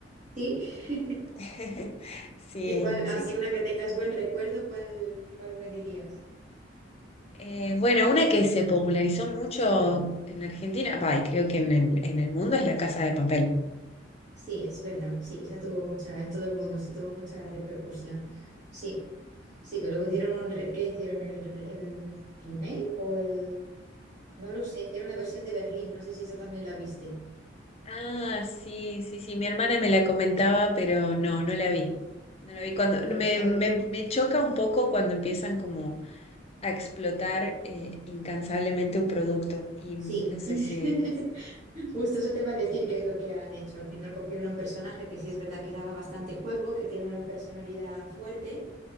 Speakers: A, on the right (about 40°); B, on the left (about 35°).
A: Sí.
B: <laughs>
A: <laughs>
B: Sí,
A: ¿Y cuál, así
B: sí, sí.
A: una que tengas buen recuerdo, cuál, cuál me dirías?
B: Eh, bueno, una que se popularizó mucho en Argentina, va, y creo que en el, en el mundo es La Casa de Papel.
A: Sí, es verdad, sí, esa tuvo mucha, en todo el mundo, sí tuvo mucha repercusión. Sí, sí, que luego hicieron un, re- ¿qué hicieron? ¿El, re- el remake o el...? No lo sé, hicieron la versión de Berlín, no sé si eso también la viste.
B: Ah, sí, sí, sí, mi hermana me la comentaba, pero no, no la vi. No la vi cuando
A: Bueno,
B: me,
A: a
B: me,
A: ver,
B: me choca un poco cuando empiezan como a explotar eh, incansablemente un producto. Y
A: sí,
B: no sé
A: <laughs>
B: si...
A: justo eso te iba a decir que es lo que han hecho. Al final cogieron un personaje que sí es verdad que daba bastante juego, que tiene una personalidad fuerte